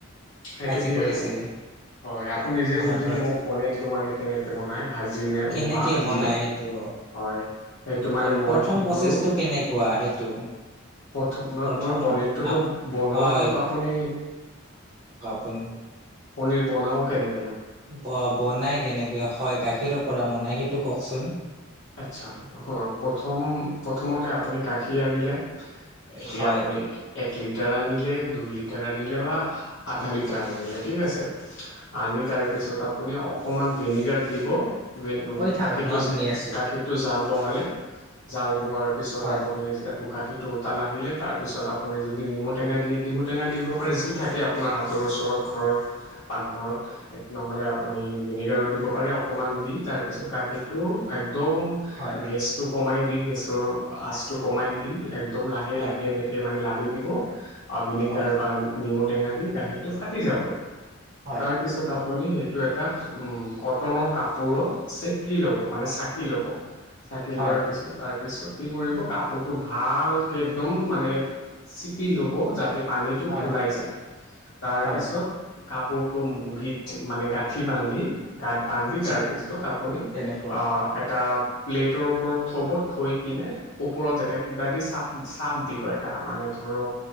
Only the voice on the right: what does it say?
ভাজি
কৰিছিলে
হয়
হয়
কেনেকে
বনাই সেইটো
আৰু
প্ৰথম
প্ৰচেছটো
কেনেকুৱা সেইটো
প্ৰথম আপ
হয়
পনী
ব' বনাই কেনেকে? হয় গাখীৰৰ পৰা বনাই সেইটো কওঁকচোন।
হয়
কৈ থাকক
মই শুনি আছোঁ
হয়
হয়
হয়
হয়
হয়
হয়
হয়
হয়
হয়
আচ্ছা
তেনেকুৱা